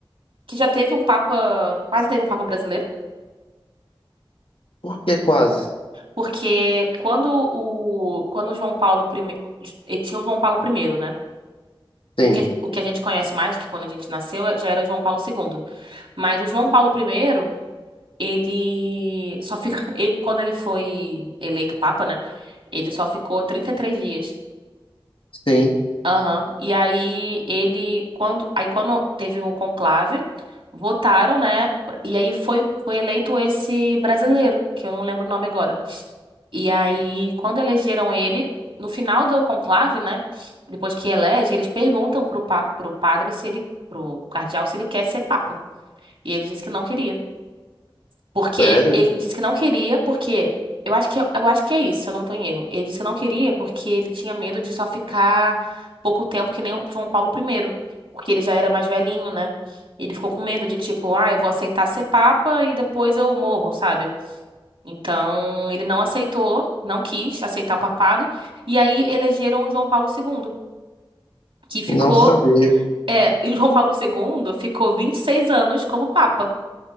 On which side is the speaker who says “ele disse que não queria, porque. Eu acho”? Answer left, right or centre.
Right